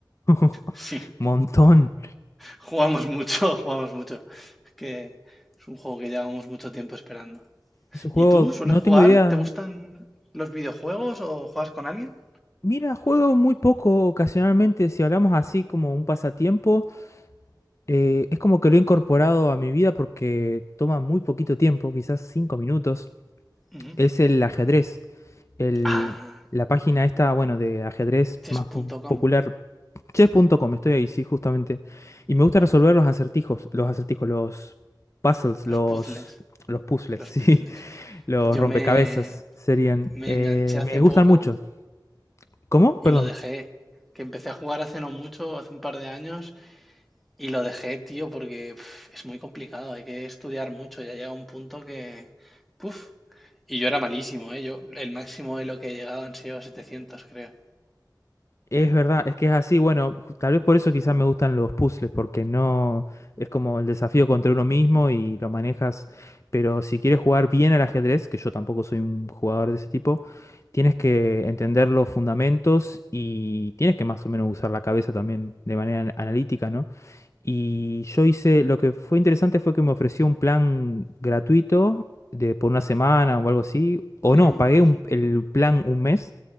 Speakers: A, on the left; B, in the centre.
A: <laughs>
B: Sí,
A: Montón.
B: Jugamos mucho, <laughs> jugamos mucho. Es que es un juego que llevamos mucho tiempo esperando.
A: Es un juego,
B: ¿Y tú sueles
A: no
B: jugar?
A: tengo idea,
B: ¿Te gustan los videojuegos o juegas con alguien?
A: Mira, juego muy poco ocasionalmente, si hablamos así como un pasatiempo, eh, es como que lo he incorporado a mi vida porque toma muy poquito tiempo, quizás cinco minutos,
B: Ujú.
A: es el ajedrez. El,
B: Ah,
A: la página esta, bueno, de ajedrez
B: chess.com,
A: más po- popular, chess.com, estoy ahí, sí, justamente. Y me gusta resolver los acertijos, los acertijos, los puzzles, los,
B: los puzzles,
A: los puzzles,
B: los
A: <laughs> sí,
B: puzzles.
A: los
B: Yo
A: rompecabezas
B: me,
A: serían.
B: me
A: Eh,
B: enganché hace
A: me
B: poco
A: gustan mucho. ¿Cómo?
B: y
A: Perdón.
B: lo dejé, que empecé a jugar hace no mucho, hace un par de años, Y lo dejé, tío, porque pf, es muy complicado, hay que estudiar mucho, ya llega un punto que... Puf. Y yo era malísimo, ¿eh? Yo, el máximo de lo que he llegado han sido 700, creo.
A: Es verdad, es que es así. Bueno, ju- tal vez por eso quizás me gustan los puzzles, porque no es como el desafío contra uno mismo y lo manejas. Pero si quieres jugar bien al ajedrez, que yo tampoco soy un jugador de ese tipo, tienes que entender los fundamentos y tienes que más o menos usar la cabeza también de manera an- analítica, ¿no? Y yo hice, lo que fue interesante fue que me ofreció un plan gratuito de por una semana o algo así, o no,
B: Mm,
A: pagué
B: ujú.
A: un- el plan un mes